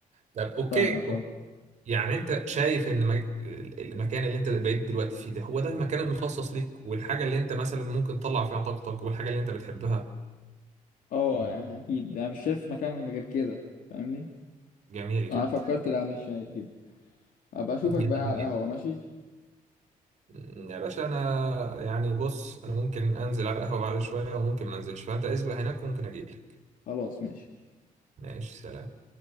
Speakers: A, on the right; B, on the left.
A: طب اوكي
B: فاهمك
A: أوكي.
B: اه
A: يعني انت شايف ان مك- المكان اللي انت بقيت دلوقتي فيه ده هو ده المكان المخصص ليك والحاجه اللي انت مثلا ممكن تطلع فيها طاقتك والحاجه اللي انت بتحبها
B: اه يعني اكيد انا مش شايف مكان غير كده فاهمني
A: جميل
B: يعني
A: جدا
B: انا فكرت لا مش شايف جدا ابقى اشوفك
A: جميل
B: بقى على
A: جدا
B: القهوة ماشي
A: م، يا باشا انا يعني بص انا ممكن انزل على القهوه بعد شويه وممكن ما انزلش فانت اسبق هناك وممكن اجيلك
B: خلاص ماشي
A: ماشي سلام